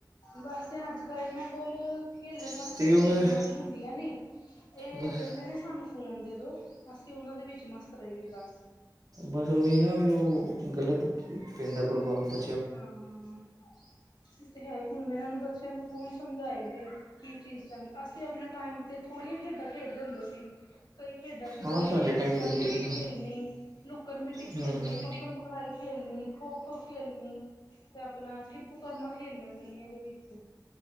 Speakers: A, on the left (about 85°); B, on the right (about 55°).
A: ਬਸ ਅੱਜ-ਕੱਲ ਏਨਾਂ ਕੋਲ ਖੇਲਣ ਵਾਸਤੇ
B: ਅਤੇ
A: ਕੋਈ
B: ਉਹ ਫਿਰ
A: ਗੇਮਾਂ ਤਾਂ ਹੁੰਦੀਆਂ ਨੀ ਏ
B: ਬਸ
A: ਕੇਂਦੇ ਨੇ ਸਾਨੂੰ ਫੋਨ ਦੇ ਦੋ ਅਸੀਂ ਓ ਨਾਂ ਦੇ ਵਿੱਚ ਮਸਤ ਰਈਏ ਬਸ।
B: ਬਸ ਓਹੀ ਨਾ ਫਿਰ ਓ ਗਲਤ ਪੈਂਦਾ ਪ੍ਰਭਾਵ ਬ
A: ਹਾਂ-ਹਾਂ ਏ ਤੇ ਹੈ ਹੀ, ਹੁਣ ਮੈਂ ਏਨਾ ਨੂੰ ਬੱਚਿਆਂ ਨੂੰ ਕੌਣ ਸਮਝਾਏ ਬਈ ਕੀ ਚੀਜ਼ ਚੰ ਅਸੀਂ ਆਪਣੇ ਟਾਈਮ ਤੇ ਥੋੜ੍ਹੀਆਂ ਖੇਡਾਂ-ਖੇਡਦੇ ਹੁੰਦੇ ਸੀ। ਕਈ ਖੇਡਾਂ ਸੀ,
B: ਹਾਂ
A: ਗਲੀ
B: ਸਾਡੇ
A: ਵਿੱਚ ਲੁੱਕੜ
B: ਟਾਈਮ 'ਤੇ ਥੋੜ੍ਹੀ
A: ਮਿੱਟੀ
B: ਕੁਛ
A: ਖੇਲਣੀ ਲੁੱਕਨ ਮਿੱਟੀ ਖੇਲਣੀ,
B: ਹੂੰ
A: ਪਕੜਨ ਪਕੜਾਈ ਖੇ ਲਣੀ ਖੋ-ਖੋ ਖੇਲਣੀ। ਤੇ ਆਪਣਾ ਠਿੱਪੂ ਕਰਮਾ ਖੇਲਣਾ ਗਲੀਆਂ ਦੇ ਵਿੱਚ।